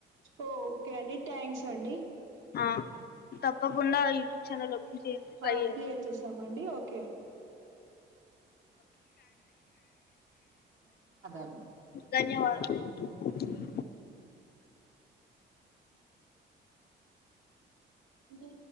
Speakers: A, on the right; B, on the left.
A: ఓ ఓకే అండి థ్యాంక్స్ అండి.
B: ఆ తప్పకుండా యూట్యూబ్ ఛానల్ ఓపెన్ చేయండి ట్రై
A: ఆ
B: చేయండి.
A: క్రియేట్ చేసామండి ఓకే అండి ధన్య
B: ధన్యవాదాలు ఓకే
A: లె